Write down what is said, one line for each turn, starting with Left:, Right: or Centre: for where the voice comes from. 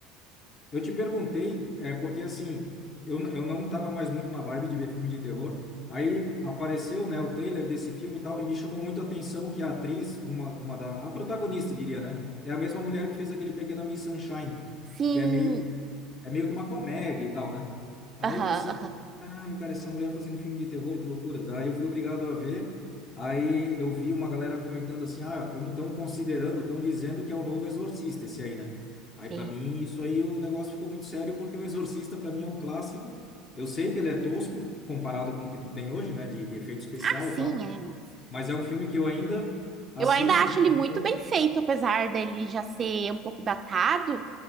Left: eu te perguntei, é porque assim, eu, eu não estava mais muito na vibe de ver filme de terror. Aí apareceu, né, o trailer desse filme e tal, e me chamou muito a atenção que a atriz, uma, uma da, a protagonista, diria, né, é a mesma mulher que fez aquele Pequena Miss Sunshine,
Right: Sim.
Left: que é meio é meio que uma comédia e tal, né? Aí
Right: Aham,
Left: eu pensei,
Right: aham.
Left: caralho, cara, essa mulher fazendo filme de terror, que loucura. Daí eu fui obrigado a ver. Aí eu vi uma galera comentando assim, ah, estão tão considerando, estão dizendo que é o novo Exorcista esse aí, né? Aí para
Right: É.
Left: mim isso aí o negócio ficou muito sério porque o Exorcista para mim é um clássico. Eu sei que ele é tosco comparado com o que tu tem hoje, né, de, de efeito especial
Right: Ah, sim,
Left: e tal,
Right: é, mas
Left: mas é um filme que eu ainda assisto
Right: Eu ainda acho
Left: de vez
Right: ele
Left: em
Right: muito
Left: quando.
Right: bem feito, apesar dele já ser um pouco datado.